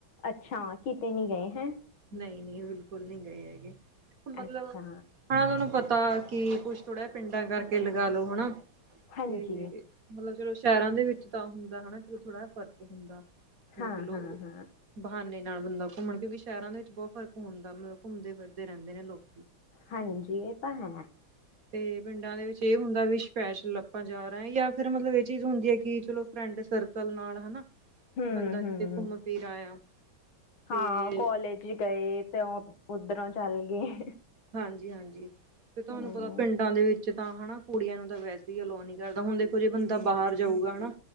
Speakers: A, on the left; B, on the right.
A: ਅੱਛਾ, ਕਿਤੇ ਨਹੀਂ ਗਏ ਹੈਂ।
B: ਨਹੀਂ- ਨਹੀਂ, ਬਿਲਕੁਲ ਨਹੀਂ ਗਏ ਹੈਗੇ ਫਿਰ ਮਤਲਬ।
A: ਅੱਛਾ
B: ਹਨਾ ਤੁਹਾਂਨੂੰ ਪਤਾ ਕੀ ਕੁੱਛ ਥੋੜ੍ਹਾ, ਪਿੰਡਾਂ ਕਰਕੇ ਲਗਾ ਲੋ ਹਨਾ
A: ਹਾਂਜੀ
B: ਤੇ। ਮਤਲਬ ਚਲੋ ਸ਼ਹਿਰਾਂ ਦੇ ਵਿੱਚ ਤਾਂ ਹੁੰਦਾ ਹੈਨਾ ਚਲੋ ਥੋੜਾ ਫ਼ਰਕ ਹੁੰਦਾ
A: ਹਾਂ
B: ਚਲੋ
A: ਹਾਂ
B: ਓਹੋ
A: ਹਾਂ
B: ਬਹਾਨੇ ਨਾਲ ਬੰਦਾ ਘੁੰਮਣ ਕਿਉਂਕਿ ਸ਼ਹਿਰਾਂ ਦੇ ਵਿੱਚ ਬਹੁਤ ਫ਼ਰਕ ਹੁੰਦਾ ਮਤਲਬ ਘੁੰਮਦੇ ਫਿਰਦੇ ਰਹਿੰਦੇ ਨੇ ਲੋਕ
A: ਹਾਂਜੀ, ਇਹ ਤਾਂ ਹੈ।
B: ਹ <inaudible> ਤੇ ਪਿੰਡਾਂ ਦੇ ਵਿੱਚ ਇਹ ਹੁੰਦੈ ਵੀ ਸਪੈਸ਼ਲ ਆਪਾਂ ਜਾ ਰਹੇ ਜਾਂ ਫਿਰ ਮਤਲਬ ਇਹ ਚੀਜ਼ ਹੁੰਦੀ ਹੈ ਕਿ ਚਲੋ ਫਰੈਂਡ ਸਰਕ ਕਲ ਨਾਲ ਹੈਨਾ
A: ਹੂੰ
B: ਬੰਦਾ
A: ਹੂੰ
B: ਕਿਤੇ ਘੁੰਮ ਫਿਰ ਆਇਆ। ਤੇ
A: ਹਾਂ ਕੋਲੇਜ ਗਏ ਤੇ ਉੱਧਰੋਂ ਚੱਲ ਗਏ।
B: ਹਾਂਜੀ, ਹਾਂਜੀ ਤੇ ਤੁਹਾਨੂੰ
A: ਹੂੰ
B: ਪਤਾ ਪਿੰਡਾਂ ਦੇ ਵਿੱਚ ਚ ਤਾਂ ਹੈਨਾ, ਕੁੜੀਆਂ ਨੂੰ ਤਾਂ ਵੈਸੇ ਹੀ ਅਲੋ ਨੀ ਕਰਦਾ ਹੁਣ ਦੇਖੋ ਜੇ ਬੰਦਾ ਬਾਹਰ ਜਾਊਗਾ ਹੈਨਾ